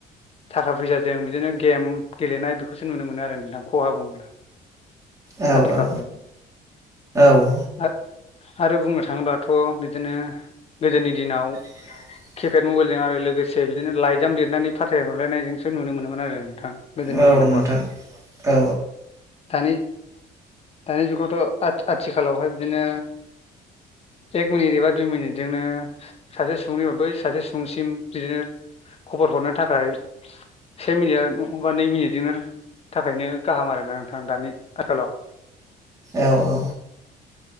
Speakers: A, on the left; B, on the right.
A: थाखा फैसाजों बिदिनो गेम गेलेनाय बेखौसो नुनो मोनो आरो नोंथां खहा बुङोब्ला।
B: औ
A: आथिखालावहाय
B: औ औ
A: आ आरो बुंनो थाङोब्लाथ बिदिनो गोदोनि दिनाव
B: <inaudible>
A: किपेड मबाइलजों आरो लोगोसे बिदिनो लाइजाम लिरनानै फाथायहरलायनायजोंसो नुनो मोनोमोन आरो नोंथां। गोदोनि
B: नुनो मोनोमोन आरो।
A: दिनावबा
B: औ नोंथां औ
A: दानि दानि जुगावथ आ आथिखालावहाय बिदिनो एक मिनिट एबा दुइ मिनिटजोंनो सासे सुबुंनिफाय बै सासे सुबुंसिम बिदिनो खबर हरनो थाखाय से मिनिट बा नै मिनिटजोंनो थाखायनो गाहाम आरोना नोंथां दानि आखालाव
B: औ